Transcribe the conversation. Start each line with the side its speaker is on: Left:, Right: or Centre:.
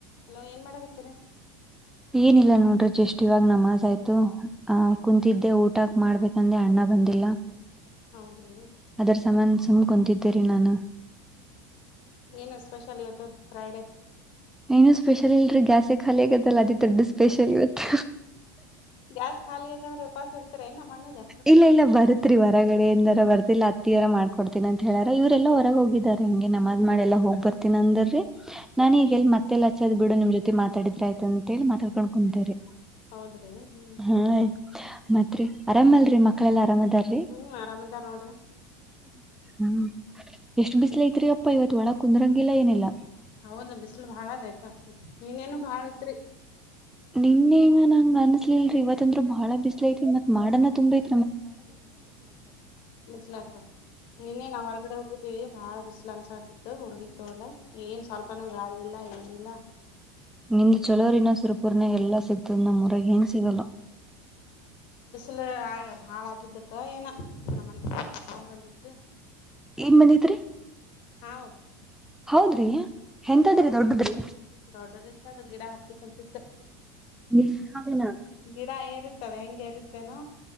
Left: Hello ಏನ್ ಮಾಡಕತ್ತೀರಿ?
Centre: ಏನಿಲ್ಲ ನೋಡ್ರಿ ಜಷ್ಟ್ ಇವಾಗ ನಮಾಜ್ ಆಯ್ತು ಆ ಕುಂತಿದ್ದೆ ಊಟಕ್ ಮಾಡ್ಬೇಕಂದೆ ಅಣ್ಣ ಬಂದಿಲ್ಲ.
Left: ಹೌದ್ರಿ
Centre: ಅದರ ಸಮಾನ ಸುಮ್ ಕುಂತಿದ್ದೇರಿ ನಾನು.
Left: ಏನು ಸ್ಪೆಷಲ್ ಇವತ್ತು ಫ್ರೈಡೆ?
Centre: ಏನು ಸ್ಪೆಷಲ್ ಇಲ್ರೀ ಗ್ಯಾಸೆ ಖಾಲಿಯಾಗೖದಲ್ಲ ಅದಿಕ್ ದೊಡ್ಡ ಸ್ಪೆಷಲ್ ಇವತ್ತು.
Left: ಗ್ಯಾಸ್ ಖಾಲಿ ಐತಂದ್ರೆ ಉಪವಾಸ ಇಡ್ತಾರ ಏನ್ ನಮ್ಮ ಅಣ್ಣಗ
Centre: ಇಲ್ಲ ಇಲ್ಲ ಬರುತ್ರಿ ಹೊರಗಡೆ ಇಂದ. ರವರ್ದಿಲ್ಲ ಅತ್ತೀಯವ್ರೆ ಮಾಡಕೊಡ್ತೀನಿ ಅಂತ ಹೇಳಾರ ಇವ್ರರೆಲ್ಲ ಹೊರಗೆ ಹೋಗಿದಿದ್ದಾರೆ ಹಂಗೆ ನಮಾಜ್ ಮಾಡ್ ಎಲ್ಲೋ ಹೋಗ್ಬರ್ತೀನಿ ಅಂದ್ರು. ನಾನ್ ಈಗ ಎಲ್ಲಿ ಮತ್ತೆಲ್ಲ ಹಚ್ಚದ್ ಬಿಡು ನಿಮ್ ಜೊತೆ ಮಾತಡಿದ್ರೆ ಆಯ್ತ ಅಂತ ಹೇಳಿ ಮಾತಾಡ್ಕೊಂಡ್ ಕುಂತೇರಿ.
Left: ಹೌದ್ರಿ ಹ್ಮ್
Centre: ಹಾ ಮತ್ರಿ. ಅರಾಮಲ್ರಿ ಮಕ್ಕಳೆಲ್ಲಾ ಅರಾಮ್ ಅದಾರ್ರಿ.
Left: ಹ್ಮ್ ಆರಾಮದಾರ ನೋಡ್ರಿ
Centre: ಹ್ಮ್ ಎಷ್ಟ್ ಬಿಸ್ಲ ಐತ್ರಿ ಅಪ್ಪ ಇವತ್ ಒಳ ಕುಂದರಂಗಿಲ್ಲ ಏನಿಲ್ಲಾ.
Left: ಹೌದ ಬಿಸಲು ಬಾಳ ಅದ ಅಕ್ಕ ನಿನ್ನೇನು ಬಾಳ ಇತ್ರಿ.
Centre: ನಿನ್ನ ಹಿಂಗ್ ನಂಗ್ ಅನ್ಸಲಿಲ್ರಿ ಇವತ್ತಂದ್ರು ಬಾಳ ಬಿಸ್ಲ ಐತಿ ಮತ್ ಮೋಡನ ತುಂಬೖತಿ.
Left: ಹ್ಮ ಮಸ್ಲ ಆಡ್ತವ ನೀನ್ನೇ ನಾವ್ ಹೊರಗಡೆ ಹೋಗಿದ್ವಿ. ಬಾಳ ಬಿಸ್ಲು ಅನ್ಸಾತಿತ್ತು ಹುಡ್ಗಿಗ್ ತಗೊಂಡ ಏನ್ ಸ್ವಲ್ಪನೂ ಗಾಳಿಲ್ಲಾ ಏನಿಲ್ಲ.
Centre: ನಿಂದು ಚಲೋರಿನ ಸುರಪೂರ್ನೆ ಎಲ್ಲಾ ಸಿಗ್ ತ್ತು ನಮ್ಮೂರಗೆ ಹೆಣ್ ಸಿಗಲ್ಲ.
Left: ಲ್ಲ ಹಾಳಾಗಿದ್ದಕ್ಕ ಏನೊ ನಮ ಹಾವ್ ಬಂದಿತ್ತು.
Centre: ಏನ್ ಬಂದತ್ರಿ?
Left: ಹಾ
Centre: ಹೌದ್ರಿ. ಎಂತದ್ರಿ
Left: ಹಾವ್
Centre: ದೊಡ್ಡದ್ರಿ
Left: ಬಂದಿತ್ತ್ ದೊಡ್ಡದಿತ್ತ ಅದು ಗಿಡ ಹತ್ತಿ ಕುಂತಿತ್ತು.
Centre: <unintelligible>
Left: ಗಿಡ ಏರಿತ್ತವೆ ಹೆಂಗ್ ಏರಿತ್ತೇನೊ